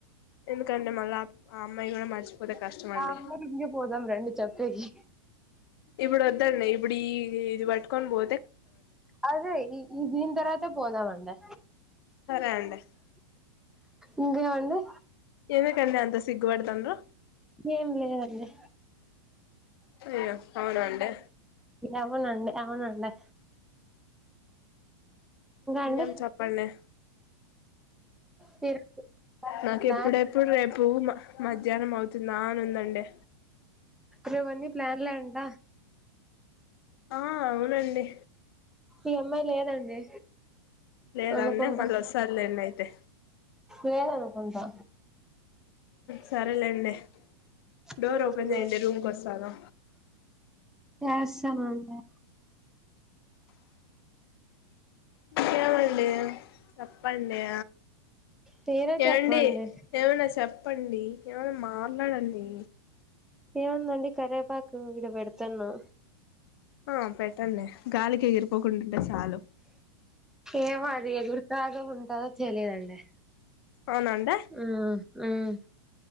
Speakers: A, on the left; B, in the centre.
A: ఎందుకంటే మళ్ళా ఆ అమ్మాయి కూడా మర్చిపోతే కష్టం అండి
B: ఆ ఊరింటికి పోదాం రండి చెప్పేకి
A: ఇప్పుడు వద్దండి ఇప్పుడు ఈ ఇది పట్కొన్ పో
B: అదే ఈ దిని తర్వాతనే పోదామండి
A: సరే అండి
B: ఇంకేం అండి
A: ఎందుకండి అంత సిగ్గు పడతాండ్రు
B: ఏం లేదండి
A: అయ్యో అవునా అండి
B: అవునుండి అవునుండి
A: ఇంగేం
B: అండి
A: చెప్పండి
B: మీరు
A: నాకు
B: ప్లాన్
A: ఎప్పుడెప్పుడు రేపు మా మధ్యాహ్నం అవుతుందా అని ఉందండి
B: రెపన్నీ ప్లాన్లె అంట
A: ఆ అవునండి
B: ఈ అమ్మాయి లేదండి
A: లేద
B: అనుకుంటా
A: అండి మల్ల వస్తాది లేండి అయితే
B: లేదనుకుంటా
A: సరేలేండి
B: స
A: డోర్
B: దబ
A: ఓపెన్ చేయండి రూమ్కి వస్తాను
B: ఎస్తాన ఉండు మే
A: ఇంకేమండి చెప్పండి
B: మీరే
A: ఏవండి
B: చెప్పండి
A: ఏమనా చెప్పండి ఏమైనా మాట్లాడండి
B: ఏముందండి కరేపాకు ఇడ పెడుతన్నా
A: ఆ పెట్టండి గాలికి ఎగిరిపోకుండ ఉంటే చాలు
B: ఏమో అది ఎగురుతదో ఉంటాదో చేలీదండి
A: అవునండి
B: మ్ మ్